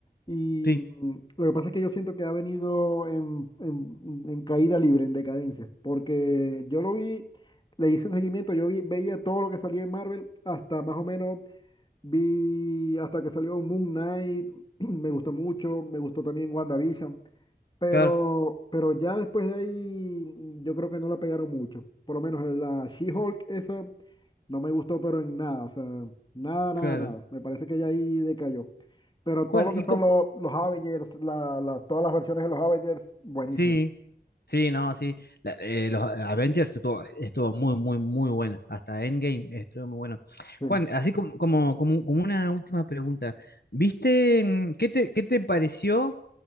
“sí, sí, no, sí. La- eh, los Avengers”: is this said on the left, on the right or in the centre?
Left